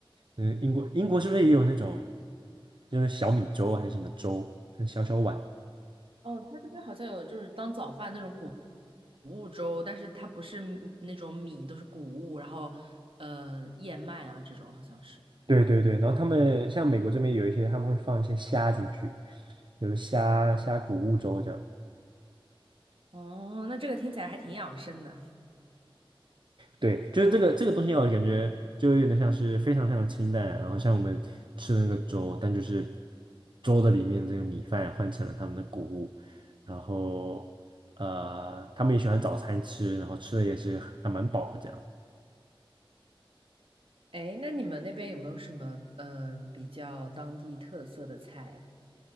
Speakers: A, on the right (about 60°); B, on the right (about 75°).
A: 嗯，英国英国是不是也有那种就是小米粥还是什么粥，小小碗？
B: 哦，他这边好像有就是当早饭那种谷谷物粥，但是它不是米那种米，都是谷物，然后呃燕麦啊这种好像是。
A: 对对对，然后他们像美国这边有一些，他们会放一些虾进去，就是虾虾谷物粥这样。
B: 哦，那这个听起来还挺养生的。
A: 对，就是这个这个东西让我感觉就有点像是非常非常清淡，然后像我们吃的那个粥，但就是粥的里面这个米饭换成了他们的谷物，然后呃，他们也喜欢早餐吃，然后吃的也是还蛮饱的这样。
B: 哎，那你们那边有没有什么呃比较当地特色的菜呀、